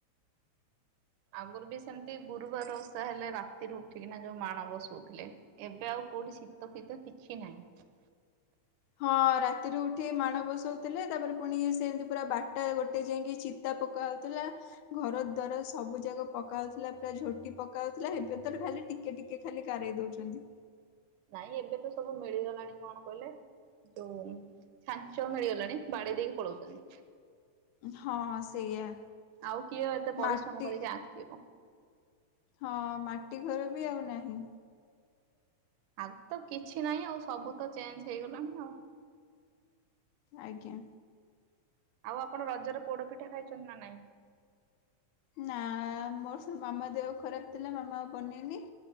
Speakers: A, on the right (about 85°); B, on the left (about 75°).
A: ଆଗରୁ ବି ସେମିତି ଗୁରୁବାର ଓଷା ହେଲେ, ରାତିରେ ଉଠିକିନା ଯୋଉ ମାଣ ବସଉଥିଲେ। ଏବେ ଆଉ କୋଉଠି ଶୀତ ଫୀତ କିଛି ନାହିଁ।
B: ହଁ ରାତିରୁ ଉଠି ମାଣ ବସଉଥିଲେ ତାପରେ ପୁଣି ସେମିତି ପୁରା ବାରଟା ଗୋଟେ ଯାଇକି ଚି ଚିତା ପକାହଉଥିଲା। ଘର ଦ୍ୱାର ସବୁ ଯାକ ପକାହଉଥିଲା ପୁରା ଝୋଟି ପକାଉଥିଲା ଏବେ ତ ଖାଲି ଟିକେ ଟିକେ ଖାଲି ଗାରେଇ ଦଉଛନ୍ତି।
A: ନାଇଁ ଏବେ ତ ସବୁ ମିଳିଗଲାଣି କଣ କହିଲେ? ଯୋଉ ଛାଞ୍ଚ ମିଳିଗଲାଣି ବାଡେଇ ଦେଇକି ପଳଉଛନ୍ତି।
B: ହଁ ସେଇଆ।
A: ଆଉ କିଏ ଏତେ ପରିଶ୍ରମ
B: ମାଟି
A: କରିକି ଆଙ୍କିବ?
B: ହଁ ମାଟି ଘର ବି ଆଉ ନାହିଁ।
A: ଆଗ ତ କିଛି ନାହିଁ ଆଉ ସବୁ ତ ଚେଞ୍ଜ ହେଇଗଲାଣି ଆଉ
B: ଆଜ୍ଞା।
A: ଆଉ ଆପଣ ରଜରେ ପୋଡ ପିଠା ଖାଇଛନ୍ତି ନା ନାଇଁ?
B: ନା ମୋର ସବୁ ମାମା ଦେହ ଖରାପ ଥିଲା ମାମା ବନେଇନି।